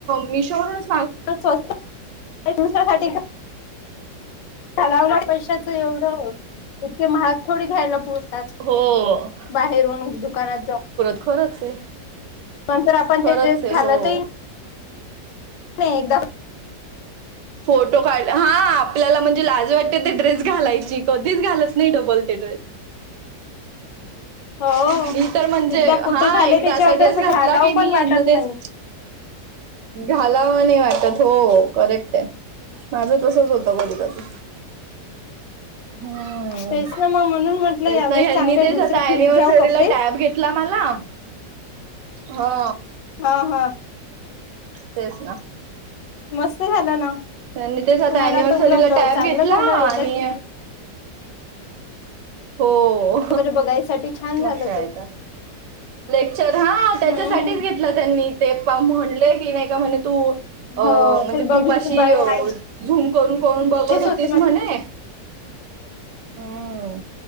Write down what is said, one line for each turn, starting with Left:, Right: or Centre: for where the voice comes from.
Right: मिशोवरुनच
Left: <unintelligible> दुसऱ्यासाठी चलावला पैशाच एवढं इतके महाग थोडी घ्यायला पण
Right: हो
Left: बाहेरून दुकानात जाऊन
Right: खरच आहे
Left: नंतर आपण
Right: खरंच
Left: ते ड्रेस
Right: आहे
Left: घालतही
Right: हो.
Left: नाही एकदा
Right: फोटो काढ हा आपल्याला म्हणजे लाज वाटते ते ड्रेस घालायची कधीच घालत नाही डबल ते ड्रेस.
Left: हो
Right: मी तर म्हणजे
Left: एकदा कुठं
Right: हा
Left: झाले
Right: एकदा
Left: त्याच्यावर
Right: असा ड्रेस
Left: तसं
Right: घातला
Left: घालावं
Right: की
Left: पण
Right: मी यामध्येच
Left: वाटत नाही
Right: घालाव नाही वाटत हो करेक्ट आहे. माझं तसच होतं कधी कधी. हम्म
Left: तेच ना मग म्हणून म्हटलं
Right: तेच
Left: यावेळेस
Right: ना यांनी
Left: चांगले
Right: तेच
Left: दुसरे
Right: आता एनिव्हर्सरीला
Left: घेऊन घ्याव कपडे
Right: टॅब घेतला मला हा
Left: हा हा.
Right: तेच ना
Left: मस्त झालं ना
Right: त्यांनी तेच आता
Left: तुम्हाला
Right: अनिव्हर्सरीला
Left: तर उलट
Right: टॅब
Left: चांगलं
Right: घेतला
Left: झालं याच्यात
Right: आणि हो.
Left: वगैरे बघायसाठी छान
Right: मग
Left: झालं
Right: काय
Left: ते
Right: तर लेक्चर हा
Left: हम्म
Right: त्याच्यासाठीच घेत ला त्यांनी ते पा म्हणले की नाही का म्हणे तू अ
Left: हो
Right: म्हणजे
Left: ते बघितलं
Right: खूप अशी
Left: पाहिजेच
Right: झूम करून करून बघत होतीस
Left: होत
Right: म्हणे हम्म